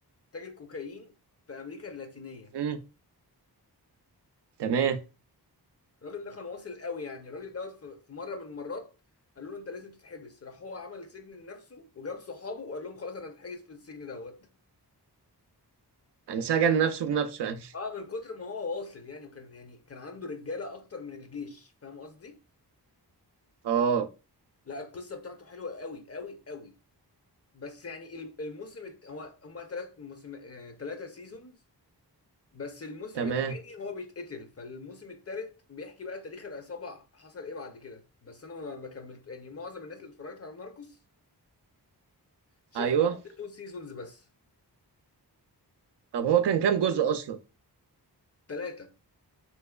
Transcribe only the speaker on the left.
تاجر كوكايين في امريكا اللاتينيه
الراجل ده كان واصل قوي يعني الراجل دوت في في مره من المرات قالوا له انت لازم تتحبس راح هو عمل سجن لنفسه وجاب صحابه وقال لهم خلاص انا هتحجز في السجن دوت
اه من كتر ما هو واصل يعني وكان يعني كان عنده رجاله اكتر من الجيش فاهم قصدي
لا القصه بتاعته حلوه قوي قوي قوي بس يعني الم- الموسم الت- هو هما ثلاث موسم ثلاثه سيزونز بس الموسم
التاني هو بيتقتل فالموسم التالت بيحكي بقى تاريخ العصابة حصل ايه بعد كده بس انا ما ما كملت يعني معظم الناس اللي اتفرجت على ناركوس شاف
اول تو سيزونز بس
ثلاثة